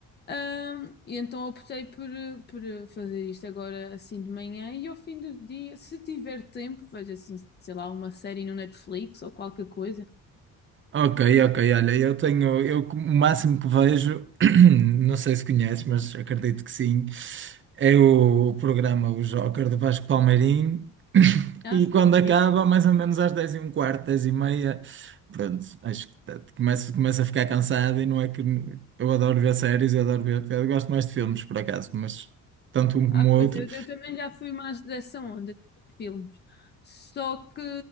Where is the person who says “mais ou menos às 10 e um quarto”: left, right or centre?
Right